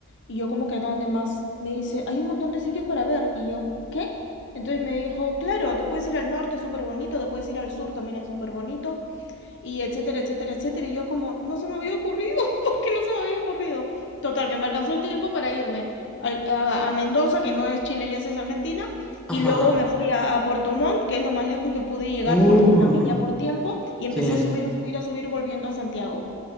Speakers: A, on the left (about 55°); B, in the centre.
A: Y yo como que a dónde más. Me dice, hay un montón de sitios para ver. Y yo, ¿qué? Entonces me dijo, claro, te puedes ir al norte, es súper bonito, te puedes ir al sur, también es súper bonito, y etcétera, etcétera, etcétera. Y yo como, no se me había ocurrido, <laughs> porque no se me había ocurrido. Total, que me alcanzó el tiempo para irme a, a, a Mendoza, que no es Chile, ya es Argentina,
B: Ajá.
A: y luego me fui a, a Puerto Montt, que es lo más lejos que pude llegar
B: Uy,
A: por, también ya por tiempo, y empecé
B: genial.
A: a subir, a subir, a subir, volviendo a Santiago.